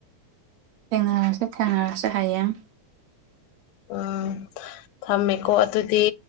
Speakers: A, on the right; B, on the left.
A: ꯊꯦꯡꯅꯔꯁ ꯊꯦꯡꯅꯔꯁ ꯍꯌꯦꯡ
B: ꯎꯝ ꯊꯝꯃꯦꯀꯣ ꯑꯗꯨꯗꯤ